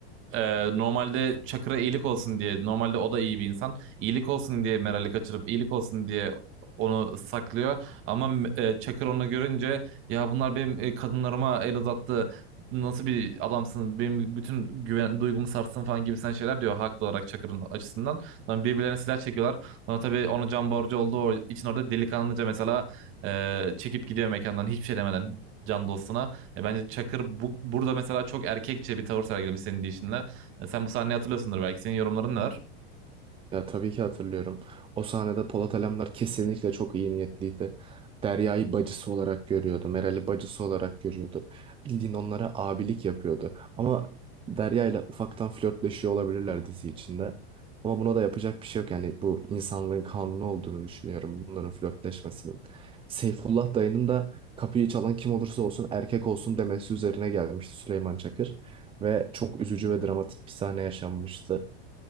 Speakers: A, on the right; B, on the right.
A: Ee, normalde Çakır'a iyilik olsun diye normalde o da iyi bir insan iyilik olsun diye Meral'i kaçırıp iyilik olsun diye onu saklıyor ama e, Çakır onu görünce ya bunlar benim e, kadınlarıma el uzattı nasıl bir adamsın benim bütün güven duygumu sarstın falan gibisinden şeyler diyor haklı olarak Çakır'ın açısından sonra birbirlerine silah çekiyorlar sonra tabii ona can borcu olduğu için orada delikanlıca mesela e, çekip gidiyor mekandan hiçbir şey demeden can dostuna e bence Çakır bu, burada mesela çok erkekçe bir tavır sergilemiş senin deyişinle. E, Sen bu sahneyi hatırlıyorsundur belki. Senin yorumların ne var?
B: Ya tabii ki hatırlıyorum. O sahnede Polat Alemdar kesinlikle çok iyi niyetliydi. Derya'yı bacısı olarak görüyordu. Meral'i bacısı olarak görüyordu. Bildiğin onlara abilik yapıyordu. Ama Derya ile ufaktan flörtleşiyor olabilirler dizi içinde. Ama buna da yapacak bir şey yok. Yani bu insanlığın kanunu olduğunu düşünüyorum bunların flörtleşmesinin. Seyfullah dayının da kapıyı çalan kim olursa olsun erkek olsun demesi üzerine gelmişti Süleyman Çakır. Ve çok üzücü ve dramatik bir sahne yaşanmıştı.